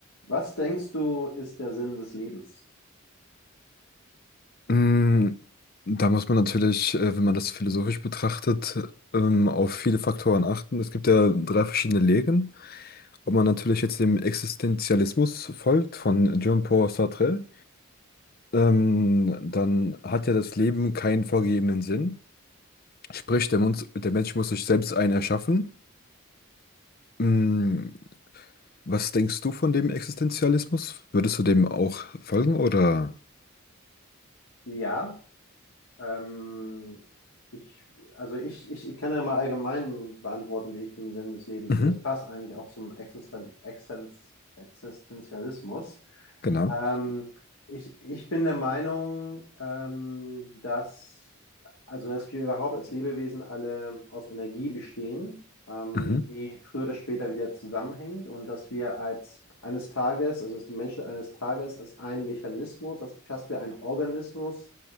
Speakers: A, on the left; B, on the left.
A: Was denkst du, ist der Sinn des Lebens?
B: Mm, Da muss man natürlich, äh, wenn man das philosophisch betrachtet, ähm, auf viele Faktoren achten. Es gibt ja drei verschiedene Lehren. Ob man natürlich jetzt dem Existenzialismus folgt von Jean-Paul Sartre, ähm, dann hat ja das Leben keinen vorgegebenen Sinn. Sprich, der, Mund, der Mensch muss sich selbst einen erschaffen. Mm, Was denkst du von dem Existenzialismus? Würdest du dem auch folgen oder?
A: Ja, ähm, ich, also ich, ich, ich kann ja mal allgemein beantworten, wie ich den Sinn des Lebens
B: Mhm,
A: sehe. Das passt eigentlich auch zum Existen Existen Existenzialismus.
B: genau.
A: Ähm, ich, ich bin der Meinung, ähm, dass, also dass wir überhaupt als Lebewesen alle aus Energie bestehen, ähm,
B: Mhm,
A: die früher oder später wieder zusammenhängt und dass wir als eines Tages, also dass die Menschen eines Tages als ein Mechanismus, als fast wie ein Organismus